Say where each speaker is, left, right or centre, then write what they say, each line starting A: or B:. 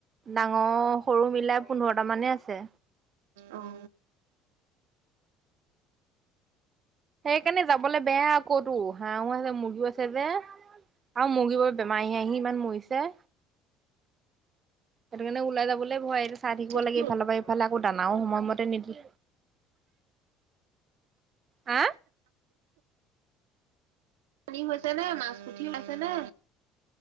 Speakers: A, on the right (about 40°); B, on the right (about 80°).
A: ডাঙৰ, সৰু মিলাই পোন্ধৰটা মানে আছে।
B: অ' অ'
A: সেইকাৰণে যাবলৈ বেয়া, কৌতো হাহো আছে, মুৰ্গীও আছে, যে আৰু মুৰ্গী বোৰ বেমাৰী আহি ইমান মৰিছে। সেইটো কাৰণে, ওলাই যাবলৈ ভয়ে চাই থাকিব
B: পুঠি
A: লাগে ইফালৰ ৰ পৰা ইফালে আকৌ দানাও সময়মতে নিদে হা
B: পানী হৈছে নে মাছ পুঠিও পাইছে নে